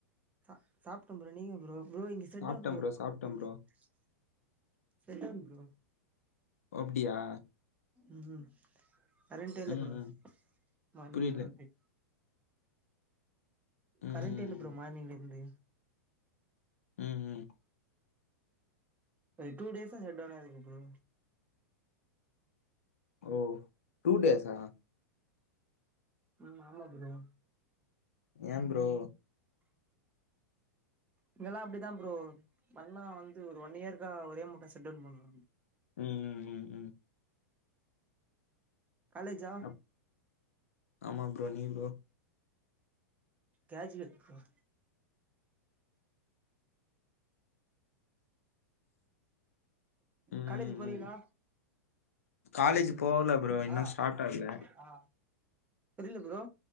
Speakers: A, on the right; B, on the left.
A: ச சாப்டேன் ப்ரோ நீங்க ப்ரோ ப்ரோ இங்க செட்டவுன்
B: சாப்ட்டேன்
A: ப்ரோ
B: சாப்ட்டேன் ப்ரோ
A: <inaudible> சட்டவுன் ப்ரோ
B: அப்டியா
A: உம் உம் கரண்ட்ட இல்ல
B: ம்
A: ப்ரோ
B: ம்
A: மார்னிஙல
B: புரியல
A: இருந்து கரண்ட்
B: ம்
A: இல்ல பரோ மானிங்ல இருந்து
B: ம் ம்
A: ஒரு டூ டேஸா தான் ஷட்டவுனா இருக்கு ப்ரோ
B: ஓ டூ டேஸ்ஸா
A: ம் ஆமா ப்ரோ
B: ஏ ப்ரோ
A: இங்கெல்லாம் அப்பிடித்தான் ப்ரோ பண்ணா வந்து ஒரு ஒன் இயர்கக்கா ஒரே முட்டா செட்வுன் பண்ணு
B: ம் ம் ம் ம்
A: காலேஜா
B: அப் ஆமா ப்ரோ நீ ப்ரோ
A: காலேஜ் இல்ல ஓ
B: ம்
A: காலேஜ்
B: ம்
A: போறீங்ளா
B: ம் காலேஜ் போகல ப்ரோ இன்னும்
A: ஆ
B: ஸ்டார்ட் ஆகல
A: புரில ப்ரோ